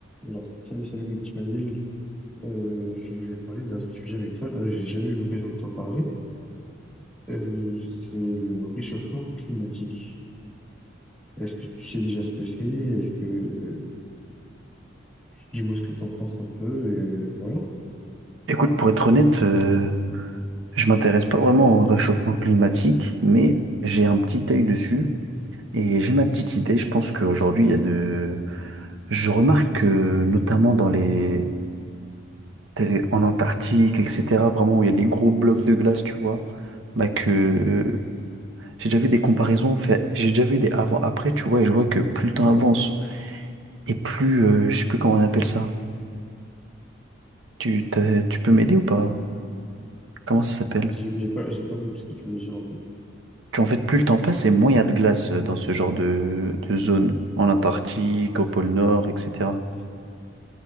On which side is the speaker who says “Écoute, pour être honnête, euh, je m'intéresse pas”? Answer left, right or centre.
Right